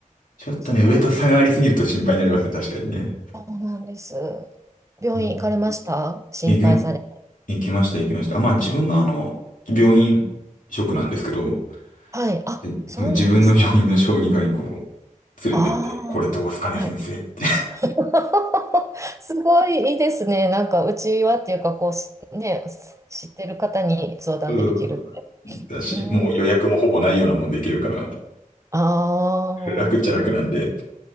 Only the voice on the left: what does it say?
ちょっとね、
上と差がありすぎると心配になりますね、確かにね。
うん。行きま、行きました、行きました。あ、まあ自分があの、病院職なんですけど、
で自分の病院の小児科にこう、
連れてって、
これどうすかね、
先生って。
うんそうだし、
もう予約もほぼないようなもんでいけるから、
楽っちゃ楽なんで。